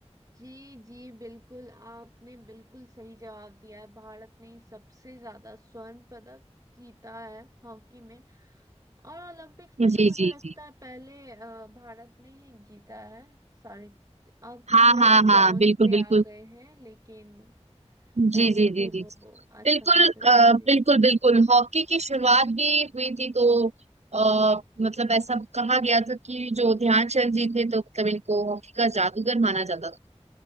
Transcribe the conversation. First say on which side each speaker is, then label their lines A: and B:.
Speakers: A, on the right (about 30°); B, on the right (about 70°).
A: जी जी बिल्कुल आपने बिल्कुल सही जवाब दिया है भारत ने सबसे ज्यादा स्वर्ण पदक जीता है हॉकी में और ओलंपिक्स में तो
B: जी
A: मुझे
B: जी
A: लगता
B: जी
A: है पहले अ, भारत ने ही जीता है सारे अब
B: हाँ
A: थोड़ा
B: हाँ
A: वो
B: हाँ
A: ब्रॉन्ज
B: बिल्कुल
A: पे
B: बिल्कुल
A: आ गए हैं लेकिन पहले
B: जी जी जी
A: भी
B: जी
A: वो अच्छा
B: बिल्कुल
A: खासा जीते
B: अ,
A: हैं
B: बिल्कुल बिल्कुल हॉकी की शुरुआत भी हुई थी तो आ, मतलब ऐसा कहा गया था कि जो ध्यानचंद जी थे तो मतलब इनको हॉकी का जादूगर माना जाता था